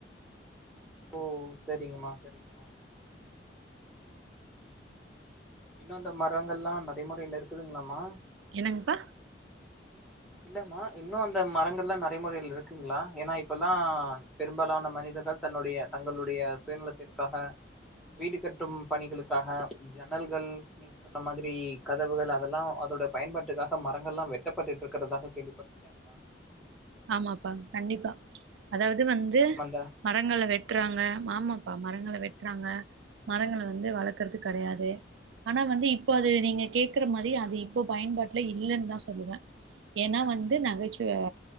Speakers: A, in the centre; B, on the right.
A: ஓ சேரிங்கம்மா சேரிங்கம் இன்னு இந்த மரங்கள்லா நடைமுறையில இருக்குதுங்ளாமா
B: என்னங்ப்பா
A: இல்லம்மா இன்னு அந்த மரங்கள்லா நறைமுறையில் இருக்குங்ளா ஏன்னா இப்பெல்லாங் பெரும்பாலான மனிதர்கள் தன்னுடைய தங்களுடைய சுயநிலத்திற்காக வீடு கட்டும் பணிகளுக்காக ஜன்னல்கள் நீ நீங்க சொன்ன மாதிரி கதவுகள் அதெல்லா அதோட பயன்பாட்டுக்காக மரங்கள்லா வெட்டப்பட்டுட்ருக் க்குறதாக கேள்விப்பட்ருக்க
B: ஆமாப்பா கண்டிப்பா அதாவது வந்து
A: ஆமாண்டா
B: மரங்கள வெட்றாங்க மாமப்பா மரங்கள வெட்றாங்க மரங்கள வந்து வளக்கறது கெடையாது ஆனா வந்து இப்போ அது நீங்க கேக்ற மாரி அது இப்ப பயன்பாட்டுல இல்லேனு தா சொல்லுவ ஏனா வந்து நகைச்சுவையா